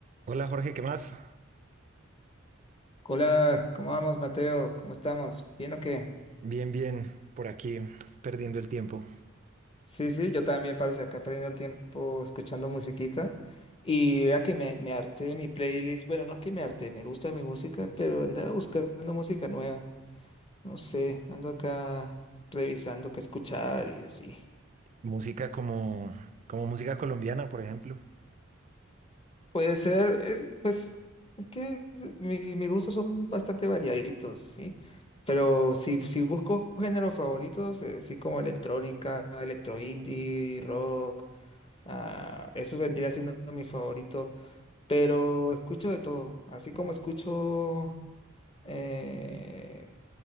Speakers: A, on the right; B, on the left.
A: Hola Jorge, ¿qué más?
B: Hola, ¿cómo vamos, Mateo? ¿Cómo estamos? ¿Bien o qué?
A: Bien, bien, por aquí perdiendo el tiempo.
B: Sí, sí, yo también parece acá perdiendo el tiempo escuchando musiquita. Y vea que me, me harté mi playlist. Bueno, no es que me harté, me gusta mi música, pero andaba buscando música nueva. No sé, ando acá revisando qué escuchar y así.
A: Música como, como música colombiana, por ejemplo.
B: Puede ser, es, pues, es que es- mi- mis gustos son bastante variaditos, ¿sí? Pero si, si busco géneros favoritos, eh, sí como electrónica, electro indie, rock. Ah, eso vendría siendo mi favorito, pero escucho de todo, así como escucho eh,